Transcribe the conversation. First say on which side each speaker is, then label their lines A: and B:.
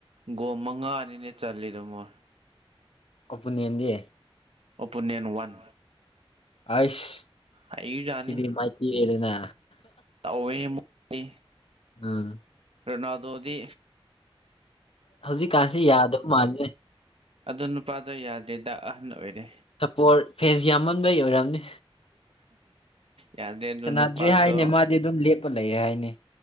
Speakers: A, on the right (about 70°); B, on the left (about 70°).
A: ꯒꯣꯜ ꯃꯉꯥꯅꯤ ꯑꯦꯠ ꯆꯜꯂꯤꯗꯣ ꯃꯣꯏ
B: ꯀꯄꯨꯅꯦꯟꯗꯤ
A: ꯑꯣꯄꯣꯅꯦꯟ ꯋꯥꯟ
B: ꯑꯏꯁ
A: ꯍꯩꯖꯥꯠꯅꯤ
B: ꯁꯤꯗꯤ ꯃꯥꯩꯊꯤꯔꯦꯗꯅ
A: ꯇꯧꯋꯦ ꯃꯣꯏꯗꯤ
B: ꯎꯝ
A: ꯔꯣꯅꯥꯜꯗꯣꯗꯤ
B: ꯍꯧꯖꯤꯛꯀꯥꯟꯁꯦ ꯌꯥꯗꯕ ꯃꯥꯜꯂꯦ
A: ꯑꯗꯣ ꯅꯨꯄꯥꯗꯣ ꯌꯥꯗ꯭ꯔꯦꯗ ꯑꯍꯟ ꯑꯣꯏꯔꯦ
B: ꯁꯞꯄꯣꯔꯠ ꯐꯦꯟꯁ ꯌꯥꯝꯃꯟꯕꯩ ꯑꯣꯏꯔꯝꯅꯤ
A: ꯌꯥꯗ꯭ꯔꯦ ꯑꯗꯨ
B: ꯁꯥꯅꯗ꯭ꯔꯦ
A: ꯅꯨꯄꯥꯗꯣ
B: ꯍꯥꯏꯅꯦ ꯃꯥꯗꯤ ꯑꯗꯨꯝ ꯂꯦꯞꯄ ꯂꯩꯌꯦ ꯍꯥꯏꯅꯦ